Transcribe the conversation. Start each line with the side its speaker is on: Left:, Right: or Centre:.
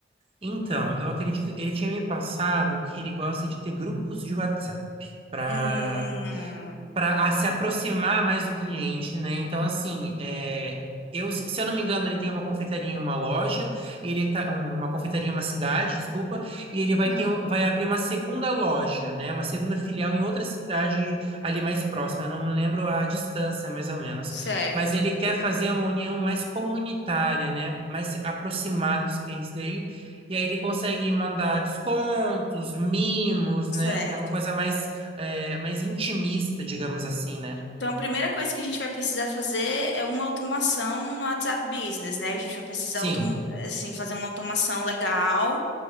Right: Então, eu acredito, ele tinha me passado que ele gosta de ter grupos de WhatsApp para
Left: Hum,
Right: para se aproximar mais do cliente, né? Então, assim, é, eu, se se eu não me engano, ele tem uma confeitaria em uma loja, ele tá, um, uma confeitaria em uma cidade, desculpa, e ele vai
Left: hum,
Right: ter, um- vai abrir uma segunda loja, né? Uma segunda filial em outra cidade ali mais próxima. Eu não me lembro a distância, mais ou menos.
Left: certo,
Right: Mas ele quer fazer uma união mais comunitária, né? Mais aproximada dos clientes dele. E aí ele consegue mandar descontos, mimos,
Left: certo.
Right: né? É uma coisa mais é, mais intimista, digamos assim, né?
Left: Então, a primeira coisa que a gente vai precisar fazer é uma automação no WhatsApp Business, né? A gente vai precisar,
Right: Sim.
Left: autom- assim, fazer uma automação legal,